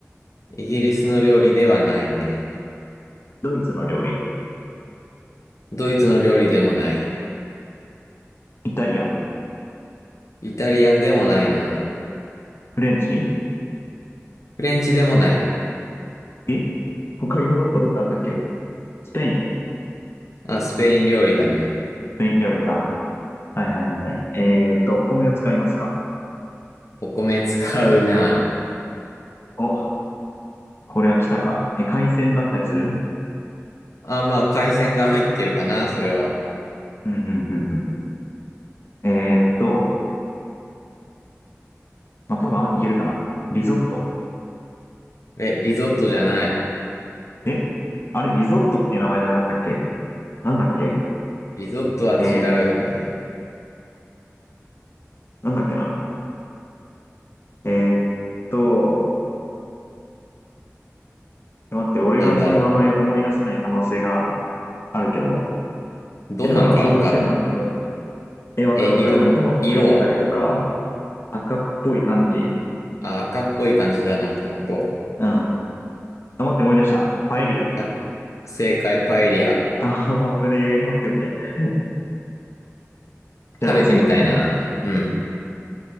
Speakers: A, on the left (about 80°); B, on the left (about 50°).
A: イギリスの料理ではないね。
B: ドイツの料理。
A: ドイツの料理でもない。
B: イタリアン。
A: イタリアンでもないな。
B: フレンチ
A: フレンチでもない。
B: え他ヨーロッパどこあったっけスペイン。ス
A: あ、スペイン料理だね。
B: ペイン料理か。はいはいはいはい。えっと、お米を使いますか
A: お米使うな。
B: お、これは来たか。え、海鮮だったりする
A: あ、まあ、海鮮が入ってるかな、それは。
B: うんうんうんうん。えーっと、まあ、多分いけるかな。リゾット。
A: え、リゾットじゃない。
B: えあれ、リゾットっていう名前じゃなかったっけなんだっけ
A: リゾットは違うよね。
B: えー、なんだっけな。えーっと、待って、俺がその名前を思い出せない可能性が
A: なんだろ
B: あるけど、
A: う。どんなんかわかんの
B: え、多分想像してるの合ってんだよな。え、わかるわかる。
A: え、色、
B: なんかトマト入ってたりとか、
A: 色は
B: 赤っぽい感じ。
A: あ、赤っぽい感じだな、結構。
B: うん。あ、待って、思い出した。パエリア。
A: はい。正解、パエリア。
B: あー、危ねえ。オッケーオッケー。じゃあ次俺ね。
A: 食べてみたいな。うん。